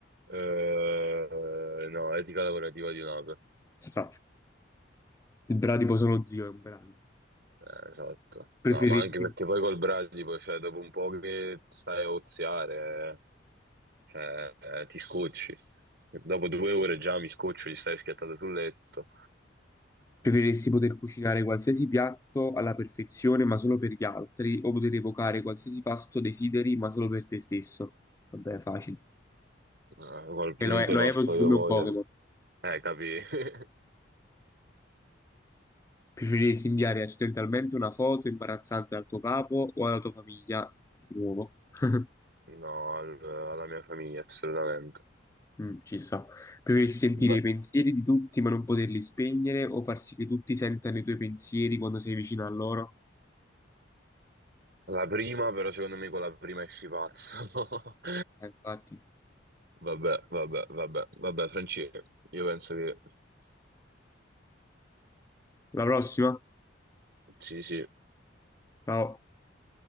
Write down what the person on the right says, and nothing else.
Eh, no, etica lavorativa di un'ape.
Eh, esatto.
No, ma anche perché poi col Bradipo, cioè, dopo un po' che stai a oziare, cioè, eh, ti scocci. Dopo due ore già mi scoccio, gli stai schiattato sul letto.
Eh, qualunque
passo
io
voglia.
Eh, capi? <laughs>
No, al- alla mia famiglia, assolutamente.
Ma-
la prima, però, secondo me con la prima esci pazzo. <laughs>
Vabbè, vabbè, vabbè, vabbè, Franci, io penso che...
Sì, sì.